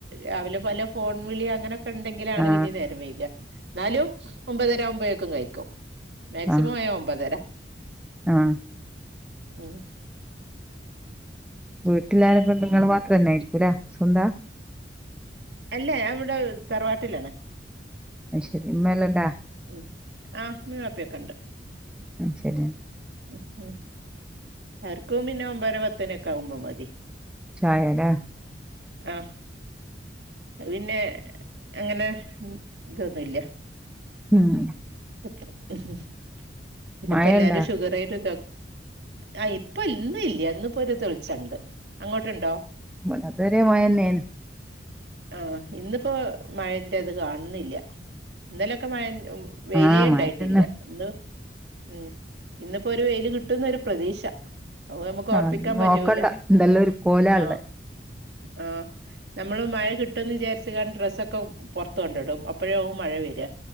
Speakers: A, on the right; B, in the centre.
A: രാവിലെ പല ഫോൺ വിളി അങ്ങനെ ക്കെണ്ടെങ്കിലാണ്
B: ആഹ്
A: പിന്നിം നേരം വൈക ന്നാലും ഒമ്പതരവുബോയേക്കും കഴിക്കും. മാക്സിമം
B: ആഹ്
A: ആയ ഒമ്പതര
B: ആഹ്
A: ഉം ഉം
B: വീട്ടിലാരെക്കെണ്ട് ങ്ങൾ മാത്രന്നെരിക്കൂലേ സ്വന്താ?
A: അല്ല ഞവ്ടെ തറവാട്ടിലാണ്.
B: ആഹ് ശെരിയ മേല്ലട്ട
A: ഉം ആഹ് മീം വാപ്പിയൊക്കെണ്ട്.
B: ഉം ശരിയ.
A: ഉ ഉം അവര്ക്കു പിന്നെ ഒമ്പര പത്തണിഒക്കെ ആകുമ്പോ മതി
B: ചായടാ
A: ആഹ് അ പിന്നെ അങ്ങനെ മ് ഇതൊന്നുല്ല്യ
B: മ് മ്
A: <unintelligible> ഹ് ഹ് പിന്നപ്പോല്ലാരും
B: മഴ ഇണ്ടാ
A: ഷുഗറേര് ത ആഹ് ഇപ്പൊ ഇന്ന് ഇല്ല്യ ഇന്ന്പ്പൊരു തെൾച്ചണ്ട് അങ്ങോട്ടുണ്ടോ
B: ഇവടെ ഇതുവരെ മഴന്നേന്ന്
A: ആഹ് ഇന്ന്പ്പോ മഴന്റെത് കാണുന്നില്ല ഇന്നലൊക്കെ മഴൻ ഉം വെയിലേ
B: ആഹ്
A: ഇണ്ടായിട്ടില്ല്യ
B: മഴ തന്നെ
A: ഇന്ന് ഉം ഇന്ന്പ്പൊരു വെയില് കിട്ടുന്നൊരു പ്രതീക്ഷ അവ് നമ്മക്ക് ഓറപ്പിക്കാൻ
B: ആഹ് നോക്കണ്ട
A: പറ്റൂല
B: എന്തെല്ലാം ഒരു കോലാള്ളെ
A: ആ ആ നമ്മള് മഴ കിട്ടുന്ന് വിചാരിച ത്ത് കാണ്ട് ഡ്രസ്സൊക്കെ പൊറത്ത് കൊണ്ടടും അപ്പഴാവും മഴ വര